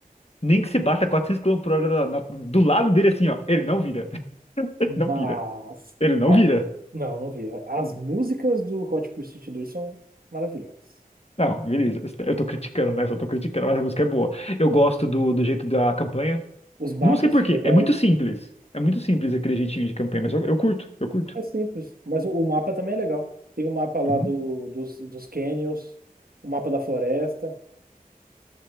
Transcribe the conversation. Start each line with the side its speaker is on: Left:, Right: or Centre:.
Left: nem que você bata 400 quilômetros por hora da- na- do lado dele assim, ó, ele não vira, <laughs>
Right: Mas.
Left: não vira, ele não
Right: a-
Left: vira.
Right: Não, não vi. As músicas do Hot Pursuit 2 são maravilhosas.
Left: Não, beleza, eu tô criticando, né? Só tô criticando, mas a música é boa. Eu gosto do, do jeito da campanha.
Right: Os mapas
Left: Não sei por
Right: são
Left: quê,
Right: legais.
Left: é muito simples. É muito simples aquele jeitinho de campanha, mas eu, eu curto, eu curto.
Right: É simples, mas o o mapa também é legal. Tem o mapa lá
Left: Uhum.
Right: do, dos, dos canyons, o mapa da floresta. <laughs>